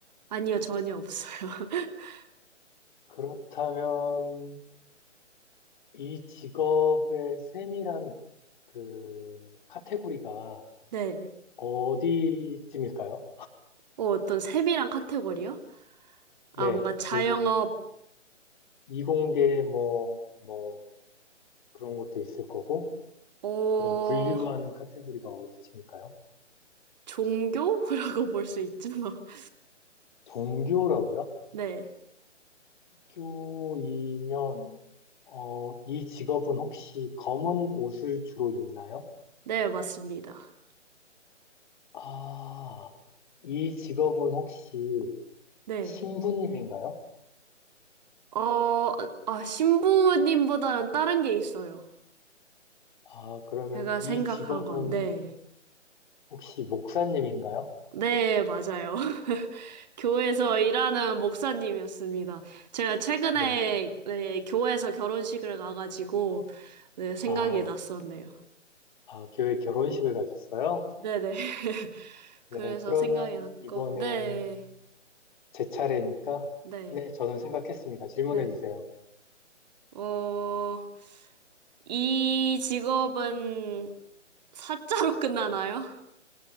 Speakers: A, on the right; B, on the left.
A: 아니요, 전혀 없어요. <laughs>
B: 그렇다면 이 직업의 세밀한 그 카테고리가
A: 네.
B: 어디쯤일까요?
A: 어, 어떤 세밀한 카테고리요? 아,
B: 네,
A: 뭔가 자영업,
B: 일- 이공계 뭐, 뭐 그런 것도 있을 거고,
A: 어,
B: 그럼 분류하는 카테고리가 어디쯤일까요?
A: 종교라고 <laughs> 볼 수 있죠. <laughs>
B: 동교라고요
A: 네.
B: 교이면, 어, 이 직업은 혹시 검은 옷을 주로 입나요?
A: 네, 맞습니다.
B: 아, 이 직업은 혹시
A: 네.
B: 신부님인가요?
A: 어, 아, 신부님보다는 다른 게 있어요.
B: 아, 그러면
A: 제가
B: 이
A: 생각한
B: 직업은
A: 건, 네.
B: 혹시 목사님인가요?
A: 네, 맞아요. <laughs> 교회에서 일하는 목사님이었습니다. 제가 최근에
B: 네.
A: 네, 교회에서 결혼식을 가가지고 네, 생각이
B: 아,
A: 났었네요.
B: 아, 교회 결혼식을 가셨어요?
A: 네네. <laughs>
B: 네,
A: 그래서
B: 그러면
A: 생각이 났고,
B: 이번엔
A: 네,
B: 제 차례니까,
A: 네,
B: 네, 저는 생각했습니다. 질문해
A: 네.
B: 주세요.
A: 어, 이 직업은 사자로 <laughs> 끝나나요?